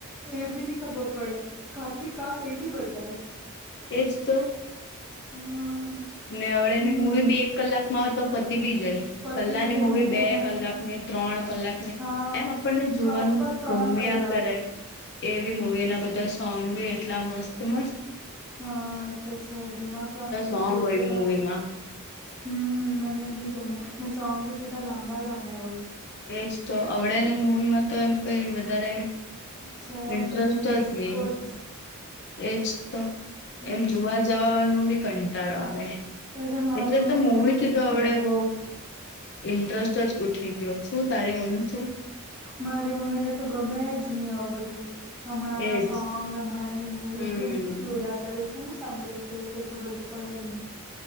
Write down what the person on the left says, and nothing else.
એજ તો.
નેવડે ની મૂવી બી એક કલાક માં હો, તો પતિ બી
પેલાની
મૂવી બે
કલાક ની, ત્રણ કલાક ની,
એમ આપણને જોવાનું
ગમ્યા
કરે, એવી મૂવી એના બધા સોંગ બી એટલા મસ્ત-મસ્ત
સોંગ
હોય
મૂવીમાં
એજ તો અવડે ને, મૂવીમાં તો એમ કઈ વધારે
ઇન્ટરસ્ટ
જ નહી.
એજ તો,
એમ જોવા જવાવાનું બી કંટાળો આવે.
એટલે
તો મૂવીથી
તો
અવડે બહુ ઇન્ટરસ્ટ જ ઉઠી ગિયો. શું તારી મમ્મી <unintelligible>
એજ
હમ